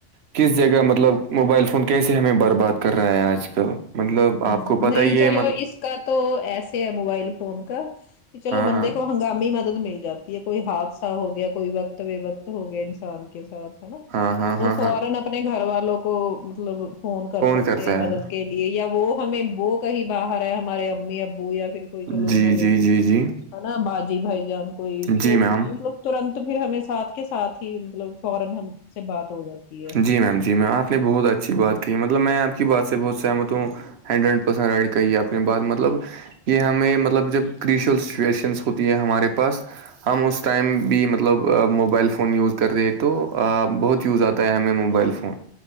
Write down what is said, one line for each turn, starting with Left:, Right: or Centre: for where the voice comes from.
Right: کس جگہ مطلب موبائل فون کیسے ہمیں برباد کر رہا ہے آج کل مطلب
Left: ہوں،
Right: آپ کو پتا
Left: نہیں
Right: ہی
Left: چلو
Right: ہے مطلب
Left: اس کا تو ایسے ہے موبائل فون کا کہ چلو
Right: ہاں
Left: بندے
Right: ہاں
Left: کو ہنگامی مدد مل جاتی ہے کوئی حادثہ ہو گیا کوئی وقت بے وقت ہو گئے انسان کے ساتھ نا
Right: ہاں ہاں
Left: تو
Right: ہاں
Left: فورن
Right: ہاں
Left: اپنے گھر والوں کو مطلب فون کر سکتے
Right: کرتا
Left: ہیں مدد
Right: ہے
Left: کے لیے یا وہ ہمیں وہ کہیں باہر ہے ہمارے امی ابو یا پھر کوئی چلو
Right: جی
Left: ہمارے
Right: جی جی جی
Left: ہے نا باجی بھائی جان کوئی تو
Right: جی میم
Left: مطلب ترنت پھر ہمیں ساتھ کے ساتھ ہی مطلب فورن سے بات ہو جاتی ہے
Right: جی میم جی آپ نے بہت اچھی
Left: ہ
Right: بات کی مطلب میں آپ کی بعات سے بہت سحمتوں ہنڈریڈ پرسینٹ رائڈ کریے اپنے بعد مطلب <unintelligible> یہ ہمیں مطلب جب کریشل سچویشنس ہوتی ہے ہمارے پاس ہم اس ٹائم بھی مطلب موبائل فون یوز کر رہے تو بہت یوز آتا ہمیں موبائل فون